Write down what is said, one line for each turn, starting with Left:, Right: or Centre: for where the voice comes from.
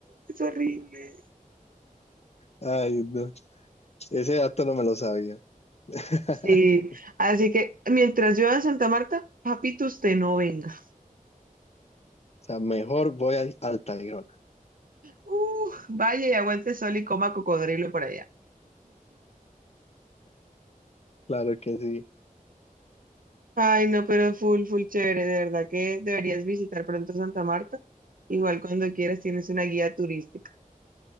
Right: es horrible.
Left: ay, no, ese dato no me lo sabía. <laughs>
Right: Sí, así que mientras llueva en Santa Marta, papito, usted no venga.
Left: O sea, mejor voy a Altairona.
Right: Uh, vaya y aguante sol y coma cocodrilo por allá.
Left: Claro que sí.
Right: Ay, no, pero full, full chévere, de verdad que deberías visitar pronto Santa Marta. Igual cuando quieras tienes una guía turística.